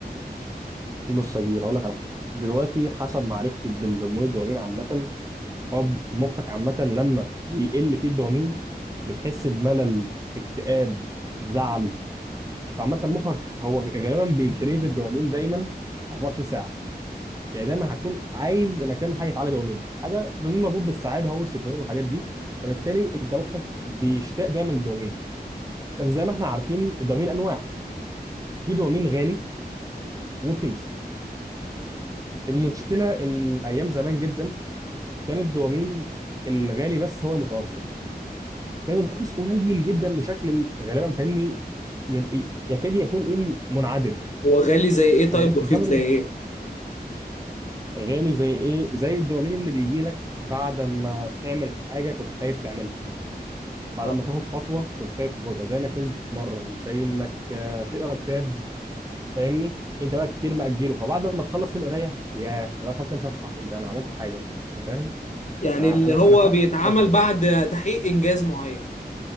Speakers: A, on the right; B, on the left.
A: بص يا كبير هقول لك على حاجه دلوقتي حسب معرفتي بالهرمون الدوبامين عامه هو ب- مخك عامه لما بيقل فيه الدوبامين بتحس بملل اكتئاب زعل فعامة مخك هو غالبا بيكريب الدوبامين دايما 24 ساعة يعني دايما هتكون عايز انك تعمل حاجة تعلي دوبامين حاجة دوبامين مربوط بالسعادة هو السيروتونين والحاجات دي فبالتالي انت مخك بيشتاق دايما للدوبامين بس زي ما احنا عارفين الدوبامين انواع في دوبامين غالي ورخيص المشكلة ان ايام زمان جدا كان الدوبامين الغالي بس هو المتوفر كان الرخيص قليل جدا بشكل غالبا فاهمني ي- ي- يكاد يكون ايه منعدم
B: هو غالي زي ايه طيب
A: لكن
B: ورخيص
A: في الزمن
B: زي ايه
A: غالي زي ايه زي الدوبامين اللي بيجي لك بعد ما تعمل حاجه كنت خايف تعملها بعد
B: اه
A: ما تاخد خطوه كنت خايف تاخدها زي انك تنزل تتمرن زي انك آه، تقرا كتاب فاهمني انت بقى كتير مأجله فبعد ما تخلص كام قرايه ياه يبقى خلاص كام صفحه ايه ده انا عملت حاجه انت فاهم
B: يعني
A: انا
B: اللي
A: انا
B: هو
A: انا خدت
B: بيتعمل
A: الخطوه
B: بعد تحقيق انجاز معين